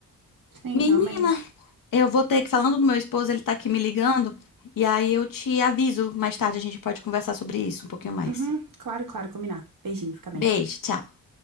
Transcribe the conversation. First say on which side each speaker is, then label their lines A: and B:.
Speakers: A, on the right; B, on the left.
A: Sim,
B: Menina,
A: realmente.
B: eu vou ter que, falando do meu esposo, ele tá aqui me ligando. E aí eu te aviso mais tarde, a gente pode conversar sobre isso um pouquinho mais.
A: Uhum. Claro, claro, combinado. Beijinho, fica bem.
B: Beijo, tchau.